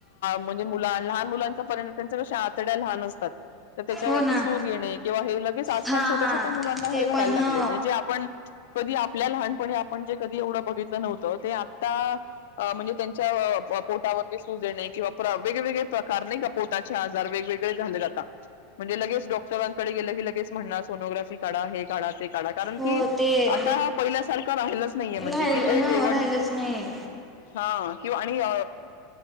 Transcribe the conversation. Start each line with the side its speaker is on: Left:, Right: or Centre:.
Left: म्हणजे मुला लहान मुलांच्या पर्यंत त्यांच्या कशा आतड्या लहान असतात तर त्याच्यावरती
Centre: हो ना
Left: सूज येणे किंवा हे ल आजल
Centre: हा
Left: छोट्या
Centre: हा
Left: छोट्या मुलांना
Centre: ते
Left: हे वयला
Centre: पण
Left: लागले
Centre: ह
Left: म्हणजेे आप कधी आपल्या लहानपणी आपण जे कधी एवढं बघितलं नव्हतं ते आता म्हणजे त्यांच्या पोटावरती सूज देणे किंवा वेगवेगळे प्रकार नाही का पोटाचे आजार वेगवेगळे झाले ज आता म्हणजे लगेच डॉक्टरांकडे गेलं की लगेच म्हणणा सोनोग्राफी काढा हे काढा ते काढा कारण
Centre: हो
Left: की
Centre: ते
Left: आता हा पहिल्यासारखा राहिलाच नाहीये म्हणजे
Centre: राहिल
Left: कि ते
Centre: हा
Left: जेवण
Centre: राहिलच नाही
Left: हा किं आणि अ